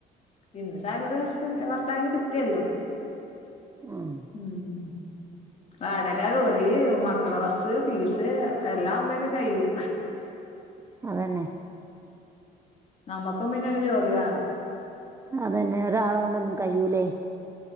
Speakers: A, on the left; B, on the right.
A: ഇൻ സാലറി ഹസ്ബൻഡ് ഭർത്താവിന് കിട്ടിയല്ലോ
B: ആഹ്
A: ഉം വാടക കുറി മക്കളെ ബസ്സ് ഫീസ് എല്ലാം ആവുംമ്പേക്കെ കയ്യും
B: അതന്നെ
A: നമ്മക്കും പിന്നെ ഒരു ജോലിവാണം
B: അതെന്നെ ഒരാലോടൊന്നും കയ്യൂല്ലേ